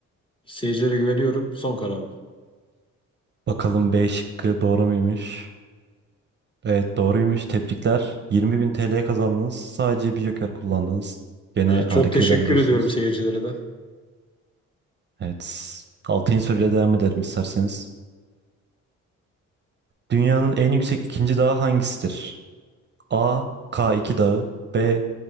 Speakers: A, on the left; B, on the right.
A: Seyircilere güveniyorum. Son karar.
B: Bakalım B şıkkı doğru muymuş? Evet doğruymuş. Tebrikler. 20.000 TL kazandınız. Sadece bir joker kullandınız. Gene
A: Evet,
B: harika
A: çok teşekkür
B: ilerliyorsunuz.
A: ediyorum seyircilere de.
B: Evet. Altıncı soruyla devam edelim isterseniz. Dünyanın en yüksek ikinci dağı hangisidir? A. k iki Dağı B.